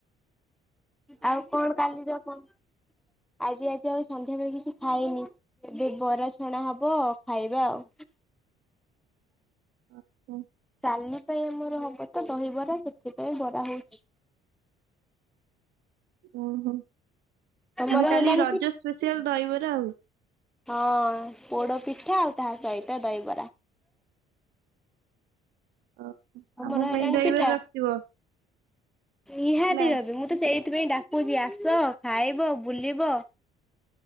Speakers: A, in the centre; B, on the right (about 80°).
A: ଆଉ କଣ କାଲିର କଣ ଆଜି ଆଜି ଆଉ ସନ୍ଧ୍ୟା ବେଳେ କିଛି ଖାଇନି। ଏବେ ବରା ଛଣା ହବ ଖାଇବା ଆଉ।
B: ଓହୋ।
A: କାଲି ପାଇଁ ଆମର ହବ ତ ଦହିବରା ସେଥିପାଇଁ ବରା ହଉଛି।
B: ଓହୋ
A: ତମର
B: ମାନେ କାଲି
A: ହେଲାଣି
B: ରଜ
A: କି?
B: ସ୍ପେସିଆଲ ଦହିବରା ଆଉ।
A: ହଁ ପୋଡ଼ ପିଠା ଆଉ ତାହା ସହିତ ଦହିବରା।
B: ଓହୋ
A: ତମର
B: ଆମ
A: ହେଲାଣି
B: ପାଇଁ ଦହିବରା
A: ପିଠା?
B: ରଖିଥିବ
A: ନିହାତି
B: ହେଲା।
A: ହେବ ମୁଁ ତ ସେ ସେଇଥିପାଇଁ ଡାକୁଛି ଆସ ଖାଇବ, ବୁଲିବ।